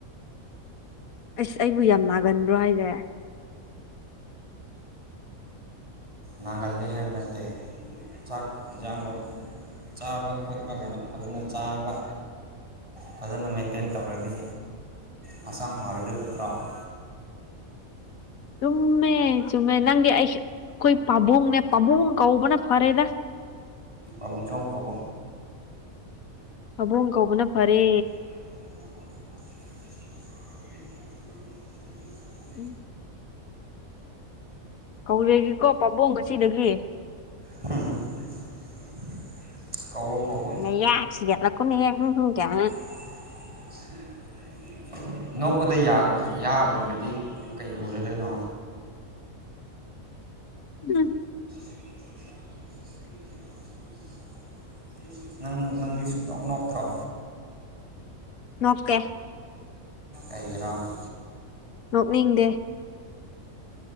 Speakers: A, on the left; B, on the right.
A: ꯑꯁ ꯑꯩꯕꯨ ꯌꯥꯝ ꯅꯥꯒꯟꯕ꯭ꯔꯣ ꯍꯥꯏꯁꯦ
B: ꯅꯥꯒꯥꯜꯂꯦ ꯍꯥꯏꯕ ꯅꯠꯇꯦ ꯆꯥꯛ ꯏꯟꯖꯥꯡꯗꯣ ꯆꯥꯕ ꯈꯣꯠꯄ ꯀꯩꯅꯣ ꯐꯖꯅ ꯆꯥꯕ ꯐꯖꯅ ꯃꯦꯟꯇꯦꯟ ꯇꯧꯔꯗꯤ ꯍꯛꯆꯥꯡ ꯐꯔꯗꯤ ꯅꯠꯇ꯭ꯔꯣ <inaudible>
A: ꯆꯨꯝꯃꯦ ꯆꯨꯝꯃꯦ ꯅꯪꯗꯤ ꯑꯩ ꯑꯩꯈꯣꯏ ꯄꯥꯕꯨꯡꯅꯦ ꯄꯥꯕꯨꯡ ꯀꯧꯕꯅ ꯐꯔꯦꯗ
B: ꯑꯃꯨꯖꯥꯎ ꯀꯩꯋꯣ
A: ꯑꯕꯨꯡ ꯀꯧꯕꯅ ꯐꯔꯦ
B: <unintelligible>
A: ꯎꯝ ꯀꯧꯔꯒꯦꯀꯣ ꯄꯥꯕꯨꯡ ꯉꯁꯤꯗꯒꯤ
B: ꯎꯝ ꯍꯝ <unintelligible> ꯀꯧꯑꯣ ꯀꯧ ꯑꯣ
A: ꯅ ꯌꯥꯁꯤꯒ ꯈꯤꯒꯠꯂꯛ꫰ꯀꯅꯨꯍꯦ
B: <unintelligible> ꯅꯣꯛꯄꯗ ꯌꯥ ꯎꯗ꯭ꯔꯗꯤ ꯀꯩ ꯎꯔꯗꯣꯏꯅꯣ
A: ꯎꯝ
B: <inaudible> ꯅꯪ ꯅꯪꯗꯤ ꯁꯨꯛꯅꯣꯛ ꯅꯣꯛꯇ꯭ꯔꯣ
A: ꯅꯣꯛꯇꯦ
B: ꯑꯩꯅꯔ <unintelligible>
A: ꯅꯣꯛꯅꯤꯡꯗꯦ